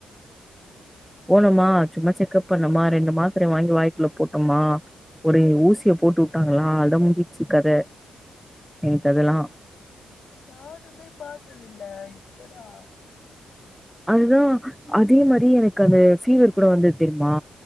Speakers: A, in the centre; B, on the left.
A: போனோமா சும்மா செக்கப் பண்ணோமா ரெண்டு மாத்திரய வாங்கி வாய்க்குள்ள போட்டோமா ஒரே ஊசிய போட்டு வுட்டாங்களா அடா முடிஞ்ச்சி கத எனக் அதெல்லா
B: நானுமே பாத்ததில்ல இப்பதா
A: அதுதா அதே மாரி எனக்கு அந்த ஃபீவர் கூட வந்தது தெரிமா